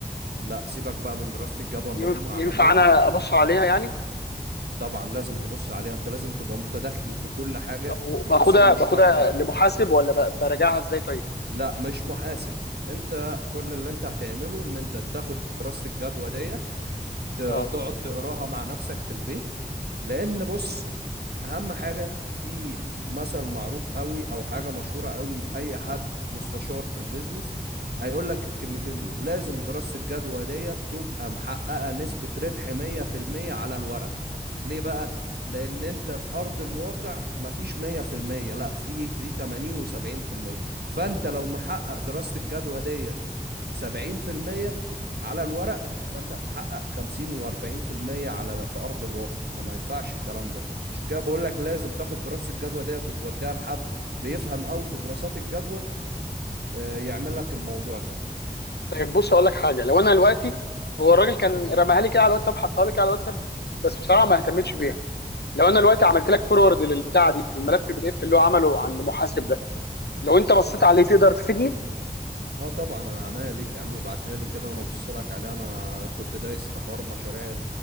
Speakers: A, on the right; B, on the left.
A: لأ سيبك بقى من دراسة الجدوى اللي
B: ينف-
A: هم عملوها
B: ينفع انا ابص عليها يعني
A: طبعا لازم تبص عليها أنت لازم تبقى متدخل في كل حاجة
B: طب
A: تخص
B: باخدها
A: المشروع
B: باخدها
A: بتاعك
B: لمحاسب ولا ب- براجعها ازاي طيب
A: لأ مش محاسب أنت كل اللي أنت هتعمله إن أنت تاخد دراسة الجدوى دي ت-
B: اه
A: تقعد تقراها مع نفسك في البيت لان بص اهم حاجه في مثل معروف قوي او حاجه مشهوره قوي لاي حد مستشار في البيزنس هيقول لك الكلمتين دول لازم دراسه الجدوى ديت تبقى محققه نسبه ربح 100% على الورق ليه بقى لان انت في ارض الواقع مفيش 100% لا في في 80 و70% فانت لو محقق دراسه الجدوى دي 70% على الورق فانت هتحقق 50 و40% على في ارض الواقع فما ينفعش الكلام ده عشان كده بقول لك لازم تاخد دراسه الجدوى ديت وتوديها لحد بيفهم قوي في دراسات الجدوى آه، يعمل لك الموضوع ده
B: طيب بص اقول لك حاجه لو انا دلوقتي هو الراجل كان رماها لي كده على الواتساب حطها لي كده على الواتساب بس بصراحه ما اهتمتش بيها لو انا دلوقتي عملت لك فورورد للبتاعه دي الملف البي دي اف اللي هو عمله عند محاسب ده لو انت بصيت عليه تقدر تفيدني
A: اه طبعا انا عناية ليك يا عم ابعتها لي كده وانا ابص لك عليها انا كنت دايس في حوار مشاريع